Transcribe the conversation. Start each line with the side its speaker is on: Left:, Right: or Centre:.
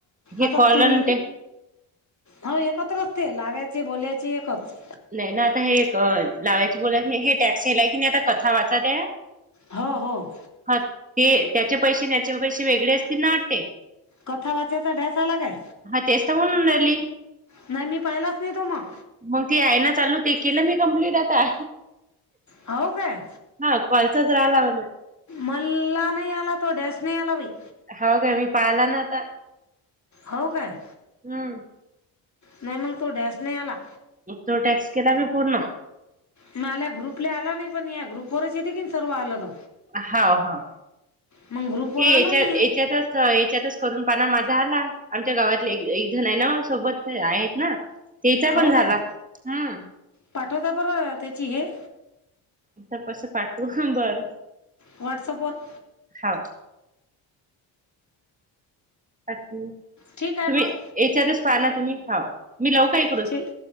Right: हे
Left: आता
Right: कॉल
Left: तुम
Right: आणि ते
Left: हो एकत्रच ते लावायचे, बोलायचे एकच.
Right: नाही ना आता हे एक लावायची, बोलायची नाही. हे टॅक्स येलाय की नाही आता कथा वाचते.
Left: हो, हो.
Right: हा ते त्याचे पैसे आणि याचे पैसे वेगळे असतील ना ते.
Left: कथा वाचायचा डॅश आला काय?
Right: हा तेच तर म्हणून राहिली
Left: नाही मी पाहिलाच नाही तो मग.
Right: मग ते आहे ना चालू ते केलं मी कंप्लीट आता.
Left: हो काय
Right: हा कॉलचाच नाही लावलं.
Left: मल्ला नाही आला तो डॅन नाही आला बाई.
Right: हो काय मी पाहिला न्हवता.
Left: हो काय?
Right: हम्म.
Left: नाही मग तो डॅश नाही आला.
Right: तो टॅक्स केला मी पूर्ण.
Left: नाही आलं ग्रुपला आला नाही, पण या ग्रुपवरच येते की सर्व आलं तर.
Right: हो, हो.
Left: मग ग्रुपवर
Right: की
Left: आला
Right: याच्यात
Left: नाही आहे
Right: याच्यातच याच्यातच करून पाहिला माझा आला. आमच्या गावातले एक जण आहे ना, सोबत आहेत ना त्याचा पण
Left: हो
Right: झाला
Left: काय
Right: हम्म.
Left: पाठवता बरं त्याची हे
Right: आता कस पाठवू? बरं.
Left: व्हाट्सअपवर.
Right: हो. अ तुम्ही
Left: ठीक आहे मग
Right: याच्यातच पाह ना तुम्ही हाव. मी लावू का इकडून?
Left: ठीक